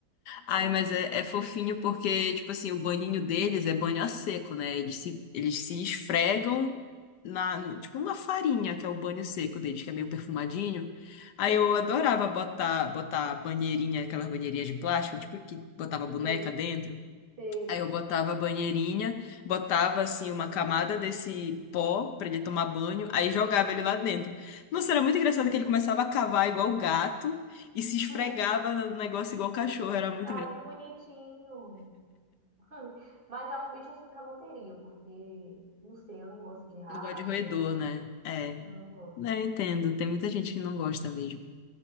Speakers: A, on the left; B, on the right.
A: Ai,
B: Ai,
A: mas
B: mas
A: é, é fofinho porque, tipo assim, o banhinho deles é banho a seco, né? Eles se, eles se esfregam na, no- tipo, uma farinha, que é o banho seco deles, que é meio perfumadinho. Aí eu adorava botar, botar banheirinha, aquelas banheirinhas de plástico, tipo, que botava boneca
B: sei,
A: dentro.
B: sei.
A: Aí eu botava a banheirinha, botava, assim, uma camada desse pó pra ele tomar banho, aí jogava ele lá dentro. Nossa, era muito engraçado que ele começava a cavar igual gato e se
B: <laughs>
A: esfregava no negócio igual cachorro, era muito
B: Ai,
A: engraçado.
B: que bonitinho. <laughs> Mas é um bicho assim que eu não teria, porque, não sei, eu não gosto de rato.
A: Não gosto de roedor,
B: né?
A: né? É,
B: Não, eu não gosto.
A: né, eu entendo. Tem muita gente que não gosta mesmo.